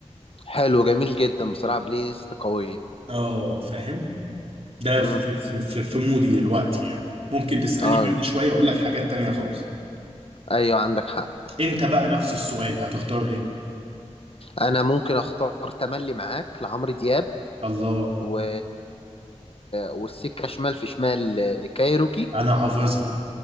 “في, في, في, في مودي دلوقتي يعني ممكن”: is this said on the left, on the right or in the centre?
Right